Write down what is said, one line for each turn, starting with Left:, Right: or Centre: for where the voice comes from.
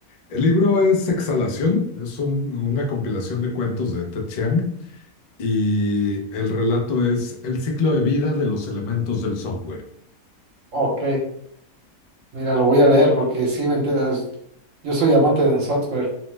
Left: El libro es Exhalación, es un- una compilación de cuentos de Ted Chiang y el relato es El ciclo de vida de los elementos del software.
Right: Ok, mira, lo voy a leer porque sí me enteras. Yo soy amante del software.